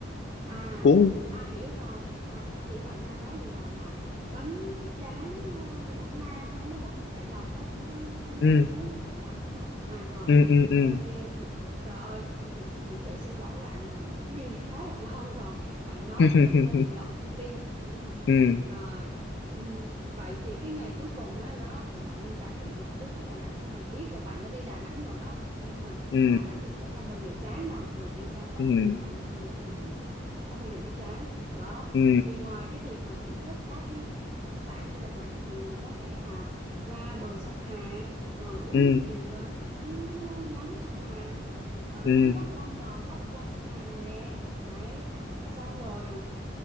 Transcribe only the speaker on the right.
à
à hiểu rồi à Trâm hiểu bạn đang nói gì rồi là bánh tráng ờ, Quảng Nam á, bánh tráng Quảng Đại Lộc á bánh tráng bánh
tráng cuốn một Đại Lộc đúng không à rồi
ok <laughs> trời ơi thì, thì, thì, thực sự xin lỗi bạn là mình cũng đi khá là lâu rồi bạn nói
thì mình hơi bị lọt thông tin <laughs>
rồi ừm, vậy thì cái ngày cuối cùng á đó thì bạn nên trải nghiệm một chút cái Đà Nẵng mình biết là bạn đã đi Đà Nẵng rồi đó nhưng mà
Đà Nẵng thì sẽ không bao giờ chán đâu dù đi cho có
nhiều lần đi chăng nữa thì mình cũng không bao giờ thấy chán đó
thì ngoài cái việc mà thưởng thức các cái đặc sản của Đà Nẵng thì mình có thể à ra bờ sông Hàn ngồi uống
nước dừa ngắm ờ, ngắm sông Hàn ờ,
ngắm các con cầu bắc qua sông Hàn nè đấy xong rồi ờ,